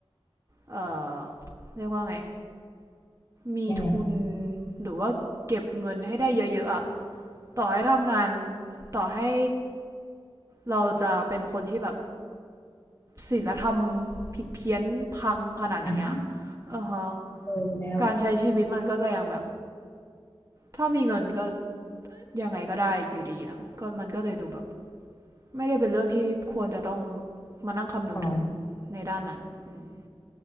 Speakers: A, on the right; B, on the left.
A: เอ่อเรียกว่าไง มีทุน
B: ยังไง
A: หรือว่าเก็บเงินให้ได้เยอะๆอะต่อให้ทำงานต่อให้เราจะเป็นคนที่แบบศีลธรรมผิดเพี้ยนพังขนาดไหนอะ
B: อ่ะ
A: เออฮะ
B: เออแล้ว
A: การใช้ชีวิตมันก็จะยังแบบถ้ามีเงินก็ยังไงก็ได้อยู่ดีอะก็มันก็เลยดูแบบไม่ได้เป็นเรื่องที่ควรจะต้องมานั่งคำนึงถึง
B: อ๋อ
A: ในด้านนั้นอืม